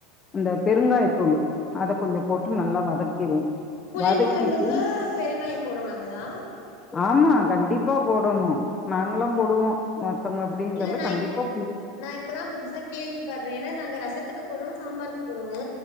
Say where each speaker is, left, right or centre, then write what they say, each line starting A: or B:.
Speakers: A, on the left (about 25°); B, on the left (about 65°).
A: அந்த
B: செரி
A: பெருங்காயத்தூள்
B: தோழி
A: அத கொஞ்சோ போட்டு நல்லா வதக்கிருவோ
B: புளி
A: வதக்கிட்டு
B: கொழம்புக்கு பெருங்காயோ போடுவாங்ளா
A: ஆமா கண்டிப்பா போடணு நாங்கல்லா
B: அப்டி
A: போடுவோ மத்தவங்க எப்டின்னு
B: இல்ல
A: தெர்ல
B: நா
A: கண்டிப்பா
B: இப்
A: பு
B: நா இப்ப தா புதுசா கேள்வி பட்றே ஏன்னா நாங்க ரசத்துக்கு போடுவோ சாம்பாருக்கு போடுவோ